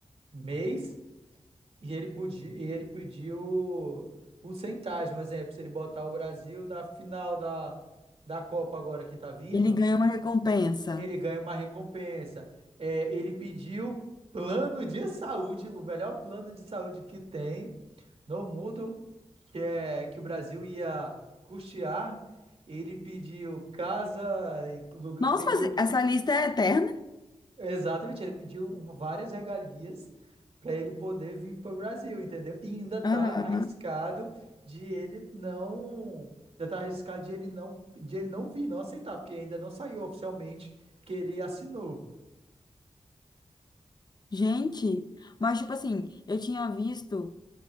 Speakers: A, on the right (about 60°); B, on the left (about 40°).
A: mês, E ele podia, e ele pediu porcentagem, um exemplo, se ele botar o Brasil na final da, da Copa agora que tá vindo,
B: Ele ganhou uma recompensa.
A: ele ganha uma recompensa. É, ele pediu plano de saúde, o melhor plano de saúde que tem no mundo, que é que o Brasil ia custear. Ele pediu casa, e lugar,
B: Nossa,
A: peguei
B: mas
A: o
B: essa lista é eterna?
A: Exatamente, ele pediu um- várias regalias para ele poder vir para o Brasil, entendeu? E ainda tá
B: Aham.
A: arriscado de ele não, ainda tá arriscado de ele não, de ele não vir, não aceitar, porque ainda não saiu oficialmente que ele assinou.
B: Gente, mas tipo assim, eu tinha visto